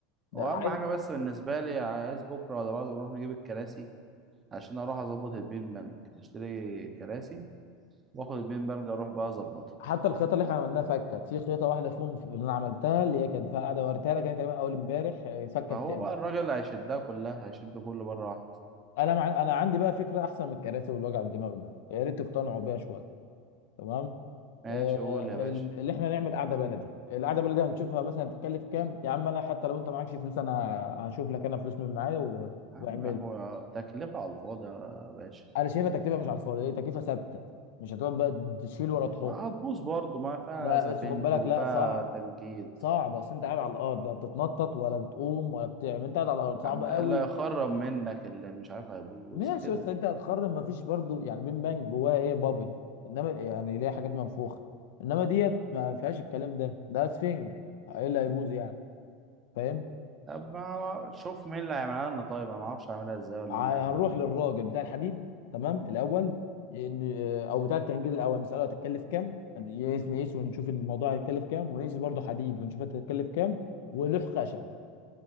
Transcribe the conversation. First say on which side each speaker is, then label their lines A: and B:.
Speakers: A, on the left (about 75°); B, on the right (about 30°).
A: ده
B: هو
A: عايز
B: اهم حاجه بس بالنسبه لي عايز بكره ولا بعده نروح نجيب الكراسي عشان اروح اظبط البين بانج اشتري كراسي واخد البين بانج اروح بقى اظبطها
A: حتى الخيطه اللي احنا عملناها فكت في خيطه واحده فيهم في- اللي انا عملتها اللي هي كانت فيها قاعده وريتها لك كانت تقريبا اول امبارح آه، فكت
B: فهو
A: تاني
B: بقى الراجل اللي هيشدها كلها هيشد كله مره واحده
A: انا مع... انا عندي بقى فكره احسن من الكراسي والوجع الدماغ ده يا ريت تقتنعوا بيها شويه تمام
B: ماشي
A: آه،
B: قول يا باشا
A: ال- اللي احنا نعمل قعده بلدي القعده بلدي هنشوفها مثلا هتكلف كام يا عم انا حتى لو انت معكش فلوس انا هشوف لك انا فلوس من معايا و...
B: يا
A: واعمل
B: عم هو تكلفه على الفاضي يا باشا
A: انا شايفها تكلفه مش على الفاضي هي تكلفه ثابته مش هتقعد بقى تشيل ولا تحط
B: هتبوظ برضه ما فيها
A: لا
B: سفنك
A: بس خد بالك
B: وفيها
A: لا صعب
B: تنجيد
A: صعب بس انت قاعد على الارض لا بتتنطط ولا بتقوم ولا بتعمل انت قاعد على الارض صعب
B: يا عم
A: قوي
B: اللي هيخرب منك اللي مش عارف هيبوظ
A: ماشي
B: كده
A: بس انت هتخرم مفيش برضو يعني بين بانك جواها ايه بابل انما يعني ليها حاجات منفوخه انما ديت ما فيهاش الكلام ده ده سفنج ايه اللي هيبوظ يعني فاهم
B: طب ما أنا- شوف مين اللي هيعملها لنا طيب انا ما اعرفش اعملها ازاي ولا
A: ع-
B: مين اللي هيعملها
A: هنروح
B: لنا
A: للراجل بتاع الحديد تمام الاول ان آه، او بتاع الكنجيل الاول نساله هتتكلف كام نقيس نقيس ونشوف الموضوع هيتكلف كام ونقيس برضه حديد ونشوف هتتكلف كام ولوح خشب